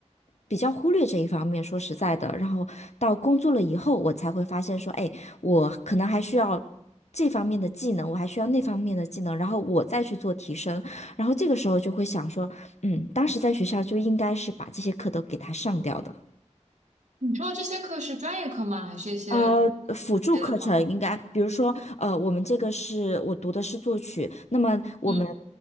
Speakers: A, on the left (about 65°); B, on the right (about 75°).
A: 比较忽略这一方面，说实在的。然后到工作了以后，我才会发现说，哎，我可能还需要这方面的技能，我还需要那方面的技能，然后我再去做提升。然后这个时候就会想说，嗯，当时在学校就应该是把这些课都给它上掉的。
B: 你说的这些课是专业课吗？还是一些？
A: 呃，辅助课程应该，
B: 别的吗？
A: 比如说，呃，我们这个是我读的是作曲，那么我们
B: 嗯，